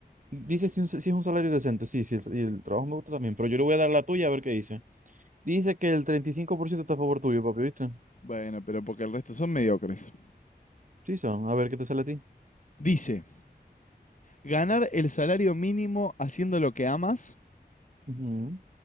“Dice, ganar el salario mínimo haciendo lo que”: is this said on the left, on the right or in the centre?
Left